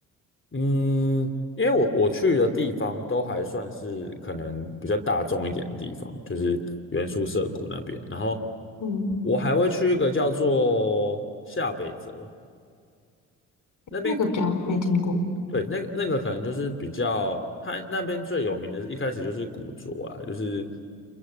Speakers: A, on the left; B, on the left.
A: 嗯，因为我我去的地方都还算是可能比较大众一点的地方，就是原宿涩谷那边。然后
B: 嗯，
A: 我还会去一个叫做下北泽那边，
B: 那个比较没听过，
A: 对，那个那个可能就是比较，它那边最有名的，一开始就是古着啊，就是